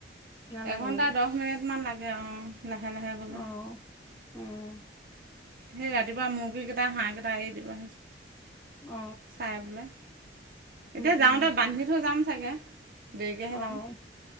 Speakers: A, on the left; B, on the right.
A: নালাগে
B: এঘণ্টা
A: নেকি
B: দহ মিনিটমান লাগে অ', লাহে, লাহে গ'লে
A: অ উম
B: সেই ৰাতিপুৱা মুৰ্গী কেইটা হাঁহ কেইটা আহ দিবা
A: অ
B: চাই পেলাই
A: উম
B: এতিয়া যাওঁতে
A: উম
B: বান্ধি থৈ যাম চাগে। দেৰিকৈহে যাম
A: অ',